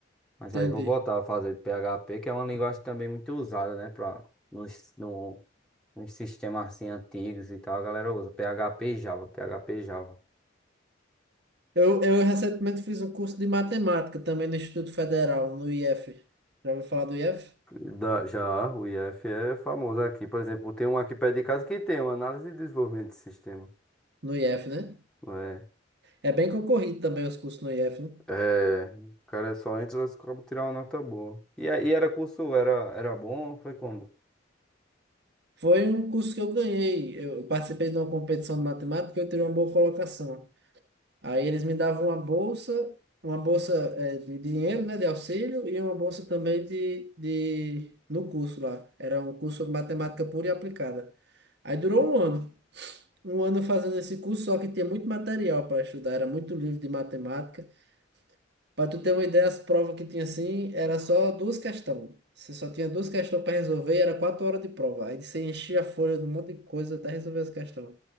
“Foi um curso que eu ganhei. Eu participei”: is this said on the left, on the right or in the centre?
Right